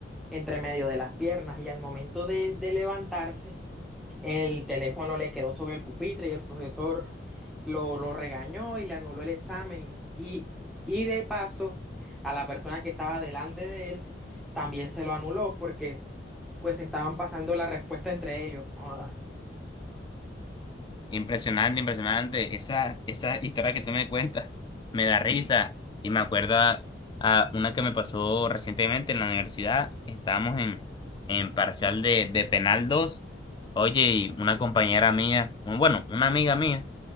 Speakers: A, in the centre; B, on the left.
A: entre medio de las piernas y al momento de, de levantarse el teléfono le quedó sobre el pupitre y el profesor lo, lo regañó y le anuló el examen. Y, y de paso, a la persona que estaba delante de él también se lo anuló porque pues estaban pasando la respuesta entre ellos. Joda.
B: Impresionante, impresionante, esa, esa historia que tú me cuentas me da risa y me acuerda a una que me pasó recientemente en la universidad, estábamos en, en parcial de, de penal 2. oye, y una compañera mía, bueno, una amiga mía,